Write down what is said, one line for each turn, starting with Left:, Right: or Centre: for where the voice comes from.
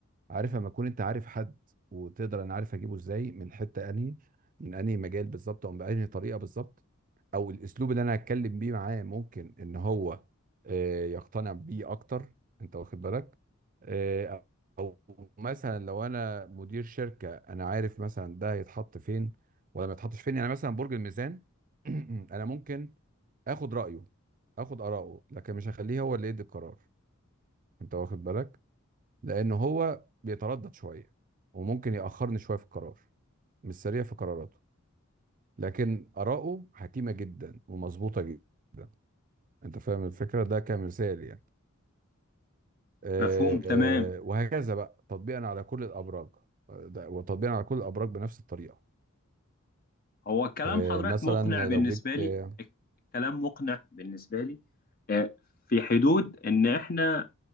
Right: عارف لما تكون انت عارف حد وتقدر انا عارف اجيبه ازاي من حته انهي من انهي مجال بالظبط او بانهي طريقه بالظبط او الاسلوب اللي انا هتكلم بيه معاه ممكن ان هو آه، يقتنع بيه اكتر انت واخد بالك آه، او مثلا لو انا مدير شركه انا عارف مثلا ده هيتحط فين ولا ما يتحطش فين يعني مثلا برج الميزان <clears throat> انا ممكن اخد رايه اخد اراءه لكن مش هخليه هو اللي يدي القرار انت واخد بالك لان هو بيتردد شويه وممكن ياخرني شويه في القرار مش سريع في قراراته لكن اراءه حكيمه جدا ومظبوطه جدا انت فاهم الفكره ده كمثال يعني آه،
Left: مفهوم تمام
Right: آه، وهكذا بقى تطبيقا على كل الابراج آه، ده- وتطبيقا على كل الابراج بنفس الطريقه
Left: هو الكلام
Right: آه،
Left: حضرتك
Right: مثلا
Left: مقنع بالنسبة
Right: لو جيت
Left: لي
Right: آه،
Left: الكلام مقنع بالنسبة لي آه، في حدود إن إحنا